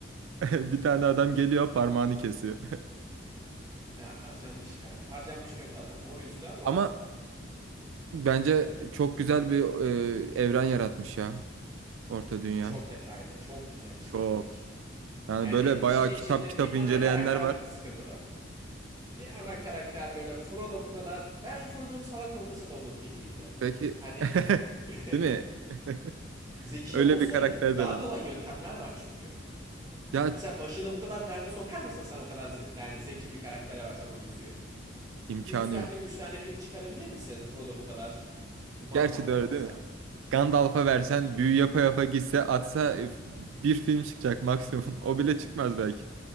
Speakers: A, on the right; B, on the right.
A: <laughs> Bir tane adam geliyor parmağını kesiyor.
B: ya harcanmış, harcanmış kötü adam. O yüzden
A: <laughs>
B: ama
A: Ama Bence
B: yine de
A: çok güzel bir e, evren yaratmış ya Orta Dünya.
B: Çok detaylı, çok güzel işlenmiş.
A: Çok. Yani
B: Yani
A: böyle
B: işin
A: bayağı
B: içinde
A: kitap kitap
B: bir
A: inceleyenler
B: ana karakter
A: var.
B: sıkıntılı. Bir ana karakter böyle Frodo bu kadar... Belki Frodo'nun salak olması da onun fikriydi.
A: Peki
B: Hani
A: <laughs>
B: <laughs>
A: değil mi? <laughs>
B: zeki
A: Öyle
B: olsa
A: bir karakter
B: daha
A: döner.
B: kolay yöntemler var çünkü.
A: Ya
B: Mesela başını bu kadar derde sokar mısın sen o kadar ze- yani zeki bir karaktere versen o yüzüğü?
A: imkanı
B: 3 saatte
A: yok.
B: 3 tane film çıkarabilir misin Frodo bu kadar mankafa
A: Gerçi de
B: olmasa?
A: öyle değil mi? Gandalf'a versen büyü yapa yapa gitse atsa e, bir film çıkacak maksimum. <laughs> O bile çıkmaz belki.